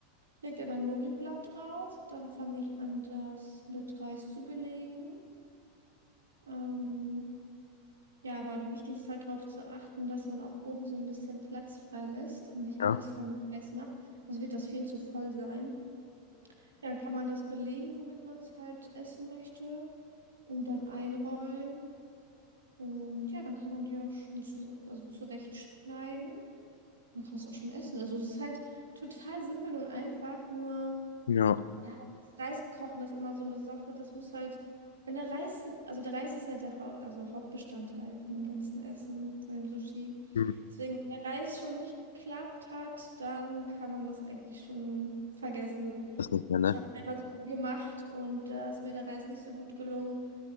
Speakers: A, on the right; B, on the left.
A: lege dann mein Nori-Blatt drauf, dann fange ich an, das mit Reis zu belegen. Ähm, Ja, aber wichtig ist halt darauf zu achten, dass man auch oben so ein bisschen Platz frei lässt und nicht
B: Ja,
A: alles voll mit Reis macht. Sonst wird das viel zu voll sein. Ja, dann kann man das belegen, womit man es halt essen möchte und dann einrollen. Und ja, dann kann man die auch schon zu, also zurechtschneiden. Man kann es auch schon essen. Also es ist halt total simpel und einfach, nur.
B: ja,
A: Ja, das Reiskochen ist immer so eine Sache. Das muss halt, wenn der Reis, also der Reis ist ja der Hau, also Hauptbestandteil von dem ganzen Essen, von dem Sushi.
B: mhm.
A: Deswegen, wenn der Reis schon nicht geklappt hat, dann kann man das eigentlich schon vergessen.
B: das nicht mehr,
A: Ich
B: ne?
A: habe einmal so gemacht und da ist mir der Reis nicht so gut gelungen